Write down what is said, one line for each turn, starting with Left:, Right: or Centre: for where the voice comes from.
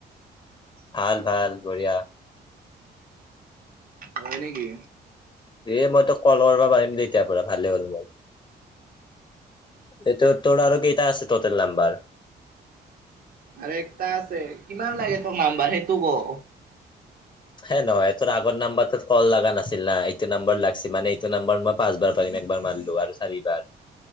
Left: ভাল ভাল বঢ়িয়া।
Right: হয় নেকি?
Left: এ মই তোক কল কৰিব পাৰিম দে এতিয়াৰ পৰা, ভালেই হ'ল মই এইটো তোৰ আৰু কেইটা আছে টটেল নাম্বাৰ?
Right: আৰু একটা আছে কিমান লাগে তোক নাম্বাৰ সেইটো ক।
Left: হে নহয় তোৰ আগৰ নাম্বাৰত কল লগা নাছিল না এইটো নম্বাৰ লাগিছে, মানে এইটো নম্বাৰ মই পাঁচবাৰ পাৰিম একবাৰ মাৰিলো আৰু চাৰিবাৰ।